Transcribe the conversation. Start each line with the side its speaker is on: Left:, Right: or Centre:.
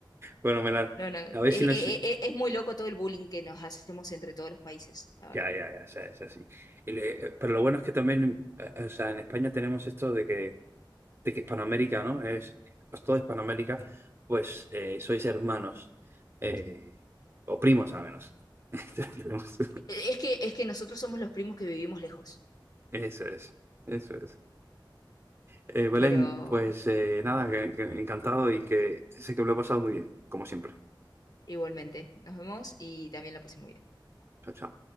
Right: Bueno, Melar,
Left: No, no, eh,
Right: a ver
Left: eh,
Right: si nos...
Left: eh, eh, es muy loco todo el bullying que nos hacemos entre todos los países, la verdad.
Right: Ya, ya, ya, o sea, es así. Y le- eh, Pero lo bueno es que también, eh, o sea, en España tenemos esto de que, de que Hispanoamérica, ¿no? Es, pues toda Hispanoamérica, pues eh, sois hermanos, eh,
Left: sí.
Right: o primos al menos. <laughs> Tenemos-
Left: Eh, Es que, es que nosotros somos los primos que vivimos lejos,
Right: Eso es, eso es. Eh, Belén,
Left: pero
Right: pues eh, nada, que- que encantado y que sé que me lo he pasado muy bien, como siempre.
Left: igualmente, nos vemos y también la pasé muy bien.
Right: Chao, chao.